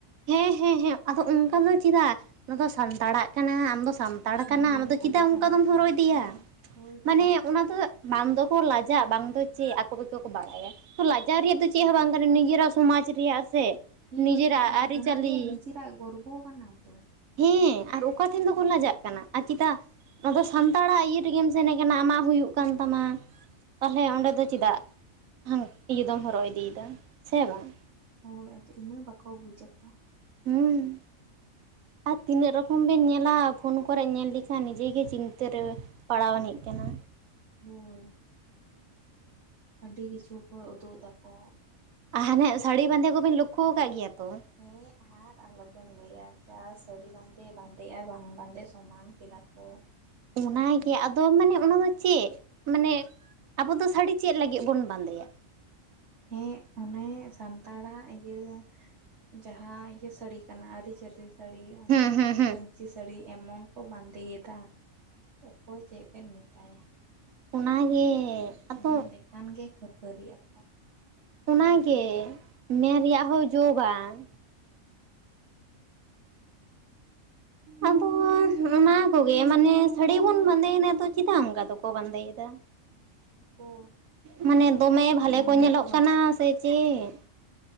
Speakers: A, on the right; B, on the right.
A: ᱦᱮᱸ ᱦᱮᱸ ᱦᱮᱸ, ᱟᱫᱚ ᱚᱸᱠᱟ ᱫᱚ ᱪᱮᱫᱟᱜ? ᱚᱱᱟ ᱫᱚ ᱥᱟᱱᱛᱟᱲᱟᱜ ᱠᱟᱱᱟ, ᱟᱢ ᱫᱚ ᱥᱟᱱ- ᱛᱟᱲ
B: ᱦᱳᱭ
A: ᱠᱟᱱᱟᱢ, ᱟᱫᱚ ᱪᱮᱫᱟᱜ
B: ᱥᱟᱱ
A: ᱚᱸᱠᱟ ᱫᱚᱢ ᱦᱚᱨᱚᱜ ᱤᱫᱤᱭᱟ,
B: ᱦᱮᱸ ᱦᱳᱭ ᱵᱟᱠᱷᱟᱡ
A: ᱢᱟᱱᱮ ᱚᱱᱟ ᱫᱚ ᱢᱟᱱ ᱫᱚᱠᱚ ᱞᱟᱡᱟᱜ ᱵᱟᱝ ᱫᱚ ᱪᱮᱜ, ᱟᱠᱚ ᱜᱮᱠᱚ ᱠᱚ ᱵᱟᱲᱟᱭᱟ, ᱞᱟᱡᱟᱣ ᱨᱮᱭᱟᱜ ᱫᱚ ᱪᱮᱜ ᱦᱚᱸ ᱵᱟᱝ ᱠᱟᱱᱟ, ᱱᱤᱡᱮᱨᱟᱜ ᱩᱢᱟᱡᱽ ᱨᱮᱭᱟᱜ ᱥᱮ
B: ᱦᱮᱸ
A: ᱱᱤᱡᱮᱨᱟᱜ
B: ᱵᱟᱠᱷᱟᱡ ᱟᱫᱚ,
A: ᱟᱹᱨᱤᱪᱟᱹᱞᱤ
B: ᱚᱱᱟ ᱫᱚ ᱱᱤᱡᱟᱹᱨᱟᱜ ᱜᱚᱨᱵᱚ ᱠᱟᱱᱟ ᱛᱚ᱾
A: ᱦᱮᱸ ᱟᱨ ᱚᱠᱟ ᱴᱷᱮᱱ ᱫᱚᱠᱚ ᱞᱟᱡᱟᱜ ᱠᱟᱱᱟ ᱟᱨ ᱪᱮᱫᱟᱜ? ᱟᱫᱚ ᱥᱟᱱᱛᱟᱲᱟᱜ ᱤᱭᱟᱹ ᱨᱮᱜᱮᱢ ᱥᱮᱱ ᱟᱠᱟᱱᱟ, ᱟᱢᱟᱜ ᱦᱩᱭᱩᱜ ᱠᱟᱱ ᱛᱟᱢᱟ, ᱛᱟᱞᱦᱮ ᱚᱸᱰᱮ ᱫᱚ ᱪᱮᱫᱟᱜ <unintelligible> ᱤᱭᱟᱹ ᱫᱚᱢ ᱦᱚᱨᱚᱜ ᱤᱫᱤᱭᱮᱫᱟ, ᱥᱮ ᱵᱟᱝ?
B: ᱦᱳᱸᱭ ᱟᱫᱚ ᱤᱱᱟᱹ ᱵᱟᱠᱚ ᱵᱩᱡ ᱟᱠᱚ᱾ <inaudible>
A: ᱦᱩᱸ ᱟᱨ ᱛᱤᱱᱟᱹᱜ ᱨᱚᱠᱚᱢ ᱵᱮᱱ ᱧᱮᱞᱟ ᱟ ᱯᱷᱳᱱ ᱠᱚᱨᱮᱜ ᱧᱮᱞ ᱞᱮᱠᱷᱟᱱ ᱱᱤᱡᱟᱹ ᱜᱮ ᱪᱤᱝᱛᱟᱹ ᱨᱮ ᱯᱟᱲᱟᱣ ᱟᱹᱱᱤᱡ ᱠᱟᱱᱟ᱾
B: ᱦᱳᱭ᱾ ᱟᱹᱰᱤ ᱠᱤᱪᱷᱩ ᱠᱚ ᱩᱫᱩᱜ ᱮᱫᱟ ᱠᱚ᱾
A: ᱟ ᱦᱟ ᱦᱟᱱᱮᱜ ᱥᱟᱹᱲᱤ ᱵᱟᱸᱫᱮ ᱠᱚᱵᱮᱱ ᱞᱚᱠᱠᱷᱚ ᱟᱠᱟᱜ ᱜᱮᱭᱟ ᱛᱚ?
B: ᱦᱮᱸ ᱟᱨ ᱟᱞᱚᱵᱮᱱ ᱞᱟᱹᱭᱟ ᱡᱟ ᱥᱟᱹᱲᱤ ᱵᱟᱸᱫᱮ ᱵᱟᱸᱫᱮ ᱟᱨ ᱵᱟᱝ ᱵᱟᱸᱫᱮ ᱥᱚᱢᱟᱱ ᱠᱮᱫᱟ ᱠᱚ ᱠᱚ
A: ᱚᱱᱟᱜᱮ
B: ᱢᱟᱱᱮ
A: ᱟᱫᱚ ᱢᱟᱱᱮ ᱚᱱᱟ ᱫᱚ ᱪᱮᱫ ᱢᱟᱱᱮ ᱟᱵᱚ ᱫᱚ ᱥᱟᱹᱲᱤ ᱪᱮᱫ ᱞᱟᱹᱜᱤᱫ ᱵᱚᱱ ᱵᱟᱸᱫᱮᱭᱟ
B: ᱦᱮᱸ ᱚᱱᱮ ᱥᱟᱱᱛᱟᱲᱟᱜ ᱤᱭᱟᱹ ᱡᱟᱦᱟᱸ ᱤᱭᱟᱹ ᱥᱟᱹᱲᱤ ᱠᱟᱱᱟ ᱟᱹᱨᱤ ᱤᱪᱟᱹᱞᱤ ᱥᱟᱹᱲᱤ ᱚᱱᱟᱧ
A: ᱦᱩᱸ ᱦᱩᱸ ᱦᱩᱸ
B: ᱯᱟᱹᱧᱪᱤ ᱥᱟᱹᱲᱤ ᱮᱢᱚᱱ ᱠᱚ ᱵᱟᱸᱫᱮᱭᱮᱫᱟ ᱚᱠᱚᱭ ᱪᱮᱫ ᱵᱮᱱ ᱢᱮᱛᱟᱭᱟ
A: ᱚᱱᱟᱜᱮ ᱟᱫᱚ
B: ᱢᱮᱱ ᱞᱮᱠᱷᱟᱱ ᱜᱮ ᱠᱷᱟᱹᱯᱟᱹᱨᱤᱜ ᱟᱠᱚ
A: ᱚᱱᱟᱜᱮ ᱢᱮᱱ ᱨᱮᱭᱟᱜ ᱦᱚᱸ ᱡᱳ ᱵᱟᱝ ᱟᱫᱚ ᱚᱱᱟ ᱠᱚᱜᱮ ᱢᱟᱱᱮ ᱥᱟᱹᱲᱤ ᱵᱚᱱ ᱵᱟᱸᱫᱮᱭᱮᱱᱟ ᱫᱚ ᱪᱮᱫᱟᱜ ᱚᱱᱠᱟ ᱫᱚᱠᱚ ᱵᱟᱸᱫᱮᱭᱮᱫᱟ
B: ᱦᱮᱸ ᱩᱱᱠᱩ
A: ᱢᱟᱱᱮ
B: ᱱᱮᱛᱟᱨ
A: ᱫᱚᱢᱮ
B: ᱠᱚᱨᱮᱱ
A: ᱵᱷᱟᱞᱮ ᱠᱚ
B: ᱡᱟᱠᱚ
A: ᱧᱮᱞᱚᱜ ᱠᱟᱱᱟ ᱥᱮ ᱪᱮᱫ